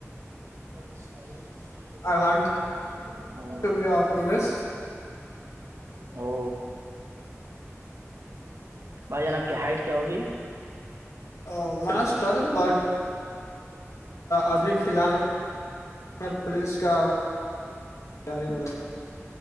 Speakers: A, on the right; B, on the left.
A: ا
B: want to be of police
A: او بھائی جان آپ کی ہائٹ کیا ہوگی
B: ا ماسٹر ب ابھی فی الحال میں پولیس کا جاری ہو رہا ہے